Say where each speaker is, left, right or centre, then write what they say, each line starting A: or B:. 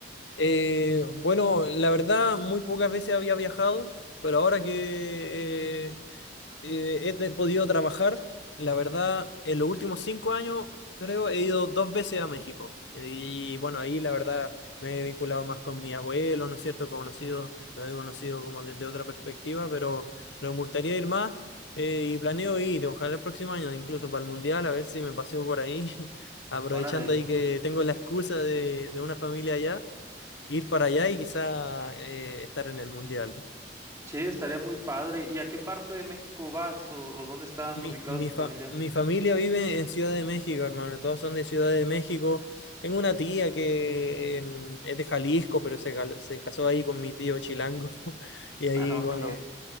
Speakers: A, on the left (about 80°); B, on the right (about 15°).
A: Eh, bueno, la verdad, muy pocas veces había viajado, pero ahora que eh, eh, he te- podido trabajar, la verdad, en los últimos cinco años creo he ido dos veces a México. Y bueno, ahí la verdad me he vinculado más con mi abuelo, ¿no es cierto? Conocido, lo he conocido como desde otra perspectiva, pero, pero me gustaría ir más eh, y planeo ir, ojalá el próximo año, incluso para el Mundial, a ver si me paseo por ahí, <laughs> aprovechando
B: Órale.
A: ahí que tengo la excusa de, de una familia allá ir para allá y quizá eh, estar en el mundial.
B: Sí, estaría muy padre. ¿Y a qué parte de México vas o, o dónde están
A: Mi,
B: ubicados
A: mi,
B: tu
A: fa-
B: familia?
A: mi familia vive en Ciudad de México, hermano. Todos son de Ciudad de México. Tengo una tía que em, es de Jalisco, pero se, cal- se casó ahí con mi tío chilango. <laughs> Y ahí,
B: Ah, ok.
A: bueno,